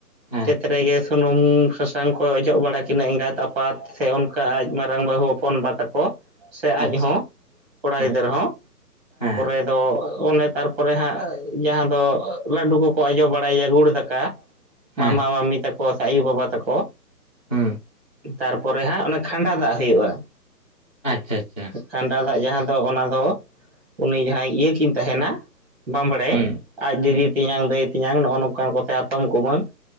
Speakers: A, on the left; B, in the centre.
A: ᱦᱮᱸ
B: ᱛᱮᱛ ᱨᱮᱜᱮ ᱥᱩᱱᱩᱢ ᱥᱟᱥᱟᱝ ᱠᱚ ᱚᱡᱚᱜ ᱵᱟᱲᱟ ᱠᱤᱱᱟᱹ ᱮᱸᱜᱟᱛ ᱟᱯᱟᱛ, ᱥᱮ ᱚᱱᱠᱟ ᱟᱡ ᱢᱟᱨᱟᱝ ᱵᱟᱹᱦᱩ ᱦᱚᱯᱚᱱᱵᱟ ᱛᱟᱠᱚ ᱥᱮ ᱟᱡ
A: ᱟᱪᱪᱷᱟ
B: ᱦᱚᱸ ᱠᱚᱲᱟ
A: ᱦᱮᱸ
B: ᱜᱤᱫᱟᱹᱨᱟᱹ ᱦᱚᱸ᱾
A: ᱦᱮᱸ
B: ᱛᱮᱫᱚ ᱚᱱᱮ ᱛᱟᱨᱯᱚᱨᱮ ᱦᱟᱸᱜ ᱡᱟᱦᱟᱸ ᱫᱚ ᱞᱟᱹᱰᱩ ᱠᱚᱠᱚ ᱟᱡᱚ ᱵᱟᱲᱟᱭᱮᱭᱟ ᱜᱩᱲ ᱫᱟᱠᱟ, ᱢᱟᱢ
A: ᱦᱮᱸ
B: ᱼᱢᱟᱢᱤ ᱛᱟᱠᱚ ᱥᱮ ᱟᱹᱭᱩ ᱵᱟᱵᱟ ᱛᱟᱠᱚ,
A: ᱦᱩᱸ
B: ᱛᱟᱨᱯᱚᱨᱮ ᱦᱟᱸᱜ ᱚᱱᱟ ᱠᱷᱟᱸᱰᱟ ᱫᱟᱜ ᱦᱩᱭᱩᱜᱼᱟ᱾
A: ᱟᱪᱪᱷᱟ ᱪᱷᱟ,
B: ᱠᱦᱟᱸᱰᱟ ᱫᱟᱜᱽ ᱡᱟᱦᱟᱸ ᱫᱚ ᱚᱱᱟ ᱫᱚ ᱩᱱᱤ ᱡᱟᱦᱟᱸᱭ ᱤᱭᱟᱹ ᱠᱤᱱ ᱛᱟᱦᱮᱱᱟ ᱵᱟᱢᱵᱽᱲᱮ
A: ᱦᱩᱸ
B: ᱟᱡ ᱫᱤᱫᱤ
A: ᱦᱩᱸ
B: ᱛᱮᱧᱟᱝ ᱫᱟᱹᱭ, ᱛᱮᱧᱟᱝ ᱱᱚᱜᱼᱚ ᱱᱚᱝᱠᱟᱱ ᱠᱚᱛᱮ ᱦᱟᱛᱚᱢ ᱠᱩᱢᱟᱹᱝ